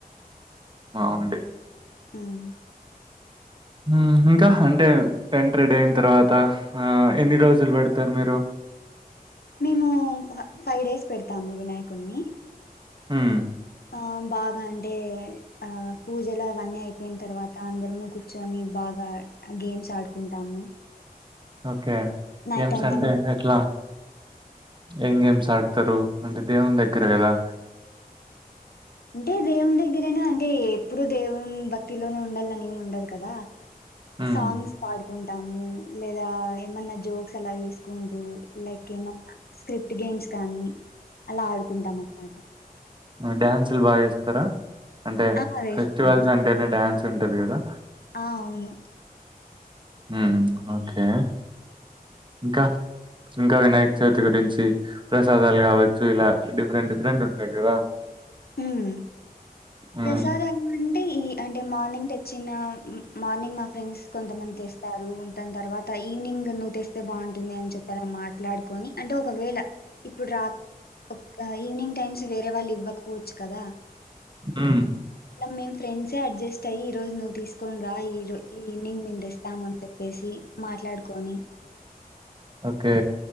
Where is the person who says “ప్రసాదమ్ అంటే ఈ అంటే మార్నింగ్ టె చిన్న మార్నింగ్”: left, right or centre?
Left